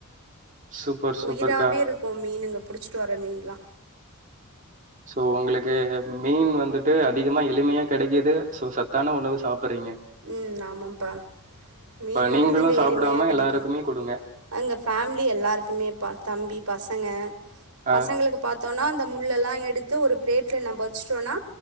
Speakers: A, on the right; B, on the right.
A: சூப்பர் சூப்பர்க்கா
B: உயிராவே இருக்கு மீனுங்க புடிச்சிட்டு வர மீன்லா
A: சோ உங்ளுக்கு மீன் வந்துட்டு அதிகமா எளிமையா கெடைக்குது சோ சத்தான உணவு சாப்பட்றீங்க
B: ம் ஆமாம்பா மீனுன்றது
A: நீங்களும்
B: இங்க
A: சாப்பிடாம
B: எளிமையா கெடைக்கு
A: எல்லாருக்குமே குடுங்க.
B: எங்க ஃபேம்லி எல்லாருக்குமேபா தம்பி பசங்க
A: ஆ,
B: பசங்களுக்கு பாத்தோனா அந்த முள்ளல்லா எடுத்து ஒரு ப்ளேட்ல நம்ப வச்சுட்டோன்னா